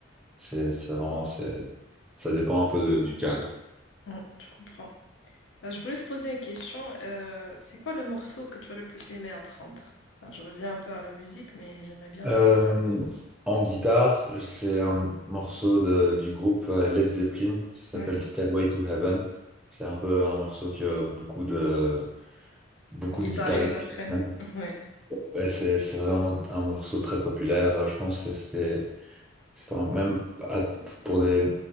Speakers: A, in the centre; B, on the left.
A: c'est c'est vraiment c'est ça dépend un peu de- du cadre.
B: mhm, je comprends. Euh, Je voulais te poser une question. Euh, c'est quoi le morceau que tu as le plus aimé apprendre? Enfin, je reviens un peu à la musique, mais j'aimerais bien
A: Euh,
B: savoir.
A: en guitare, c'est un morceau de- du groupe euh, Led Zeppelin, ça
B: Ouais.
A: s'appelle Stairway to Heaven. C'est un peu un morceau que beaucoup de beaucoup
B: Guitariste
A: de guitaristes
B: apprenne.
A: aiment.
B: <laughs> Ouais.
A: Ouais, c'est c'est vraiment un morceau très populaire. Je pense que c'est c'est Enfin, même à- pour des